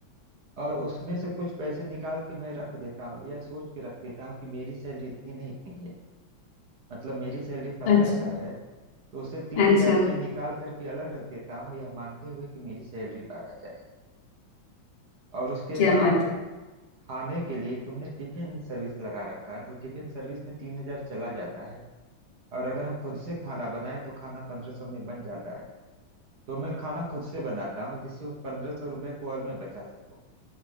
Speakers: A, on the right; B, on the left.
A: और उसमें से कुछ पैसे निकाल के मैं रख देता हूँ या सोच के रख देता हूँ कि मेरी सैलरी इतनी नहीं इतनी है मतलब मेरी सैलरी पंद्रह
B: अच्छा
A: हजार है तो उससे तीन
B: अच्छा
A: हजार मैं निकाल करके अलग रख देता हूँ यह मानते हुए कि मेरी सैलरी बारह हजार है और उसके
B: क्या
A: बाद
B: बात
A: खाने के लिए तुमने टिफिन सर्विस लगा रखा है तो टिफिन सर्विस में तीन हजार चला जाता है और अगर हम खुद से खाना बनाए तो खाना पंद्रह सौ में बन जाता है तो मैं खाना खुद से बनाता हूँ जिससे उस पंद्रह सौ रुपये को और मैं बचा सकूँ